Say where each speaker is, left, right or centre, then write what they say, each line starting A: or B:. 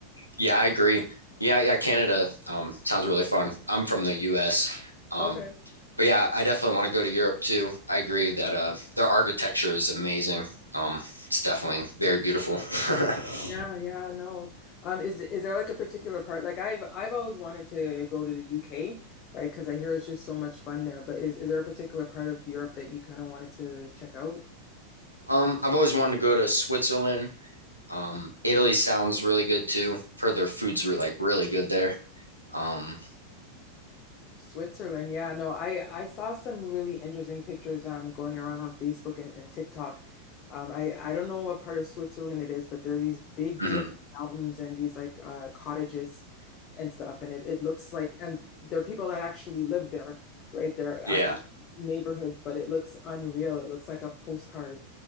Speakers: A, on the left; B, on the left.
A: Yeah, I agree. Yeah, yeah, Canada um, sounds really fun. I'm from the US. Um,
B: Okay.
A: but yeah, I definitely want to go to Europe too. I agree that uh, their architecture is amazing. Um, it's definitely very beautiful.
B: Yeah,
A: <laughs>
B: yeah, no. Um, is is there like a particular part? Like I've I've always wanted to go to the UK, right? Because I hear it's just so much fun there. But is is there a particular part of Europe that you kind of wanted to check out?
A: Um, I've always wanted to go to Switzerland. Um, Italy sounds really good too. I've heard their foods were like really good there. Um,
B: Switzerland. Yeah, no, I I saw some really interesting pictures um going around on Facebook and, and TikTok. Um, I I don't know what part of Switzerland it is, but there are these big,
A: mhm.
B: beautiful mountains and these like uh, cottages and stuff, and it it looks like and there are people that actually live there, right? They're
A: Yeah.
B: actual neighborhoods, but it looks unreal. It looks like a postcard,